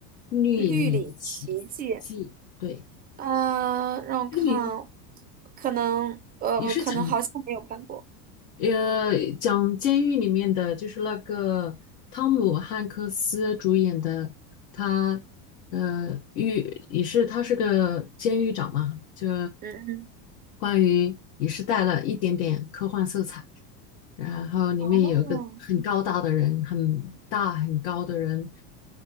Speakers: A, on the left; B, on the right.
A: 绿里奇迹，
B: 《绿里奇迹》
A: 对，
B: 呃，让我看，
A: 这个名
B: 可能呃，
A: 也是讲
B: 可能好像没有看过。
A: 呃，讲监狱里面的，就是那个汤姆汉克斯主演的，他呃狱也是他是个监狱长嘛，就
B: 嗯嗯，
A: 关于也是带了一点点科幻色彩。然后里面有一个很高大的人，
B: 哦，
A: 很大很高的人，